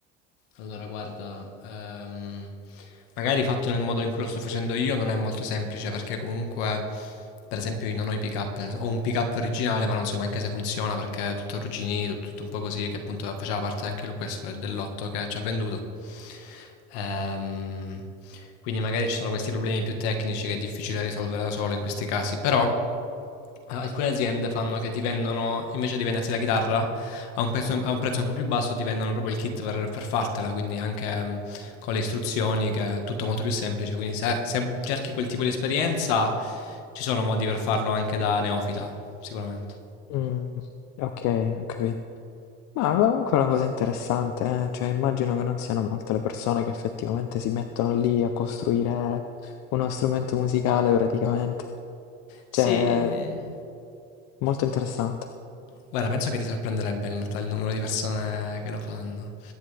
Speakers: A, on the left; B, on the left.
A: Allora, guarda, ehm, magari fatto nel modo in cui lo sto facendo io non è molto semplice perché comunque, per esempio, io non ho i pick-up, ho un pick-up originale ma non so neanche se funziona perché è tutto arrugginito, tutto un po' così, che appunto faceva parte anche lui questo del- dell'otto che ci ha venduto. Ehm, quindi magari ci sono questi problemi più tecnici che è difficile risolvere da solo in questi casi, però eh, alcune aziende fanno che ti vendono, invece di venderti la chitarra, a un, prezzo, a un prezzo un po' più basso ti vendono proprio il kit per, per fartela, quindi anche mm, con le istruzioni che è tutto molto più semplice, quindi se, se cerchi quel tipo di esperienza ci sono modi per farlo anche da neofita, sicuramente.
B: Mm, ok, ho capito. Ma comunque è una cosa interessante, eh? Cioè immagino che non siano molte le persone che effettivamente si mettono lì a costruire uno strumento musicale praticamente.
A: Sì.
B: Cioè, molto interessante.
A: Guarda, penso che ti sorprenderebbe in realtà il numero di persone che lo fanno.